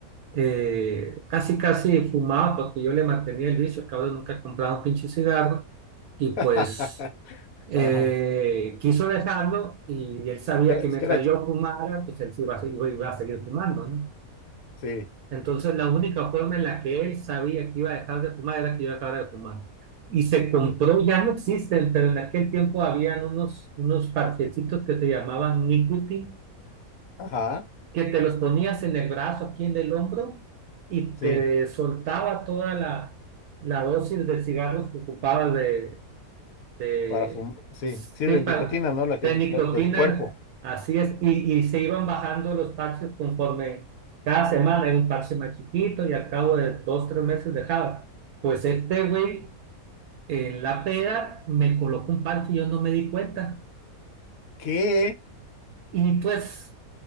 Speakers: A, on the right; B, on the left.
A: eh, casi casi fumaba porque yo le mantenía el vicio, el cabrón nunca compraba un pinche cigarro y
B: <laughs>
A: pues eh,
B: Ajá.
A: quiso dejarlo y él sabía
B: Que era-
A: que
B: es
A: mientras
B: que era ch-
A: yo fumara, pues él sí iba a, seguir- iba a seguir fumando, ¿no?
B: sí,
A: Entonces, la única forma en la que él sabía que iba a dejar de fumar era que yo dejara de fumar. Y se compró, ya no existen, pero en aquel tiempo habían unos, unos parchecitos que se llamaban nicotine,
B: ajá,
A: que te los ponías en el brazo, aquí en el hombro, y
B: sí,
A: te soltaba toda la, la dosis de cigarros que ocupabas de, de
B: para fumar, sí,
A: cepa
B: sí, de nicotina, ¿no? La que,
A: de nicotina,
B: la- de tu cuerpo.
A: así es, y, y se iban bajando los parches conforme cada semana era un parche más chiquito y al cabo de dos, tres meses dejaba. Pues este güey en la peda me colocó un parche y yo no me di cuenta.
B: ¿Qué?
A: Y pues,